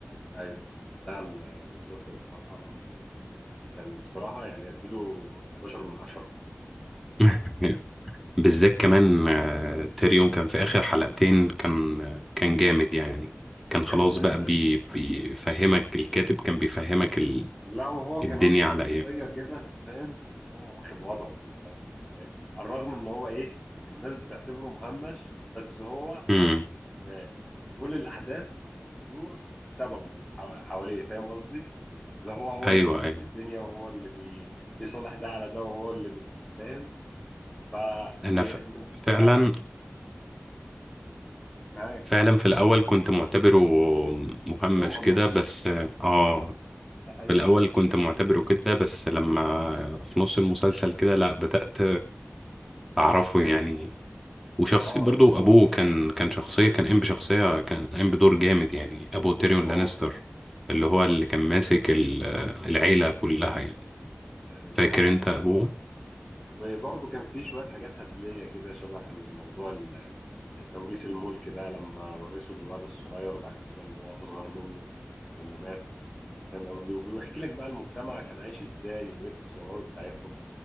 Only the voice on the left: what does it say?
ايوه لا المسلسل الصراحه كان كان الصراحه يعني اديله 11 من 10
كان
لا وهو
كان واخد
شخصيه كده انت فاهم اللي هو واخد وضعه في المسلسل فاهم على الرغم ان هو ايه الناس بتعتبره مهمش بس هو
كان آه، كل الاحداث بتدور بسببه حو- حواليه فاهم قصدي اللي هو هو اللي
بيمشي
الدنيا وهو اللي بي... بيصلح ده على ده وهو اللي بي... فاهم ف
إيه،
من-
انا معاك
معاك
شخصيه مهمشه
ده حقيقي
اه
هو
اه
بالظبط
ده ده
حقيقي
وبرضه كان في شوية حاجات هزلية كده شبه الموضوع ال- توريث الملك ده لما ورثوا للواد الصغير وبعد كده اللي هو أصغر منه لما مات فاهم قصدي وبيحكي لك بقى المجتمع كان عايش ازاي وايه التصورات بتاعتهم